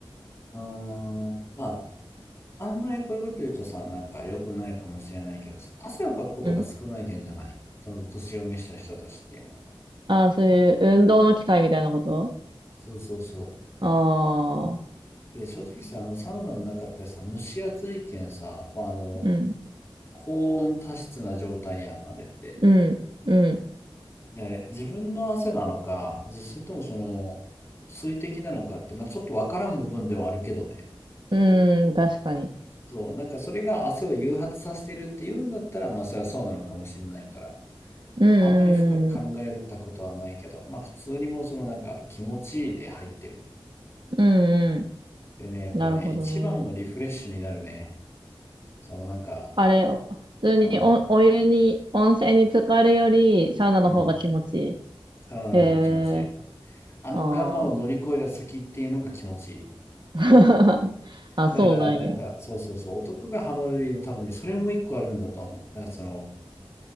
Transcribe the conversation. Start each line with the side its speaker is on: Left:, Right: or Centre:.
Left: うん。あーまあ、あんまりこういうこと言うとさ、なんか良くないかもしれないけどさ、汗をかくことが少ないけんじゃないその年を召した人たちっていうのは。
Right: うん。ああ、そういう運動の機会みたいなこと
Left: そうそうそう。
Right: ああー、
Left: で、正直さ、あのサウナの中ってさ、蒸し暑いけんさ、まあ、あの、
Right: うん、
Left: 高温多湿な状態やん、あれって。
Right: うん、うん、
Left: で、自分の汗なのか、それともその水滴なのかって、まあ、ちょっとわからん部分ではあるけどね。
Right: うん、確かに。
Left: そう、なんかそれが汗を誘発させてるっていうんだったら、まあそれはそうなのかもしれないから、
Right: うん、
Left: あんまり深く考えたことはないけど、
Right: うん、
Left: まあ普通にもうそのなんか気持ちいいで入ってる。
Right: うん、う
Left: でね、やっぱね、
Right: ん。なるほどね。
Left: 一番のリフレッシュになるね。そのなんか、
Right: あれ、普通にお、
Left: うん、
Right: お湯に、温泉に浸かるより、サウナの方が気持ちいい。
Left: うん、サウナの方が気持ちいい。
Right: へえー、
Left: あの我慢を乗り越えた先っていうのが気持ちいい。
Right: ああ、<laughs> あそうなんや。
Left: だから、なんか、
Right: う
Left: そうそうそう、男がハマる理由も多分ね、それも一個あるんだと思う。なんかその、